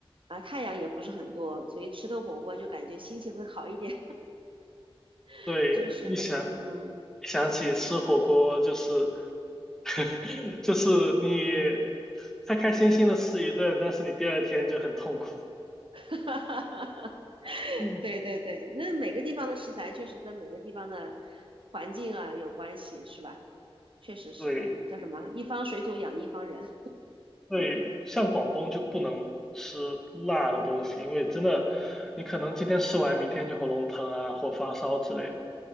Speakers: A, on the right; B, in the centre.
A: 啊，太阳也不是很多，所以吃顿火锅就感觉心情会好一点。<laughs>
B: 对，
A: 确实美，
B: 一想
A: 嗯，
B: 一想起吃火锅，
A: 每，
B: 就是 <laughs> 就是你开开心心的吃一顿，但是你第二天就很痛苦。
A: <laughs>
B: <laughs> 嗯，
A: 对对对，那每个地方的食材确实跟每个地方的环境啊有关系，是吧？确实是的，
B: 对。
A: 叫什么？一方水土养一方人。
B: 对，像广东就不能吃辣的东西，因为真的，你可能今天吃完，明天就喉咙疼啊，或发烧之类的。